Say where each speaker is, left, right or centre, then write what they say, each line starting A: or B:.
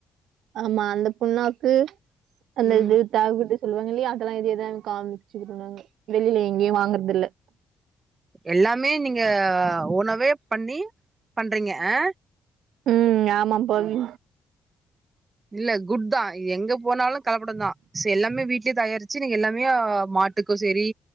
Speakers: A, on the right; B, on the right.
A: ஆமா அந்த புண்ணாக்கு அந்த
B: ம்
A: இது தவுடு சொல்வாங்க இல்லையா அதெல்லா எது எதான் காமிச்சுகிட்டுன்னாங்க வெளில எங்கேயு வாங்குறதில்ல
B: எல்லாமே நீங்க உணவே பண்ணி பண்றீங்க ஆ
A: ம் ஆமாம் பவி
B: இல்ல குட் தா இது எங்க போனாலு கலப்படம் தா சே எல்லாமே வீட்லயே தயாரிச்சு நீங்க எல்லாமே ஆ மா ட்டுக்கு சேரி